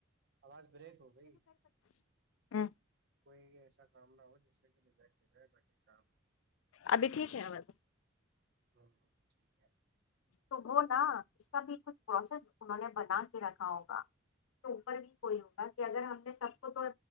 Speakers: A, on the right; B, on the left.
A: آواز بریک ہو بئی
B: ہوں
A: کوئیں گے ایسا کام نہ ہو جیسے مزائ ب کام
B: ابھی ٹھیک ہے آاز
A: ہاں ہ ٹھیک ہے
B: تو ہو نا اس کا بھی کچھ پروسیس انہوں نے بنا کے رکھا ہوگا تو اوپر بھی کوئی ہوگا کہ اگر ہم نے سب کو تو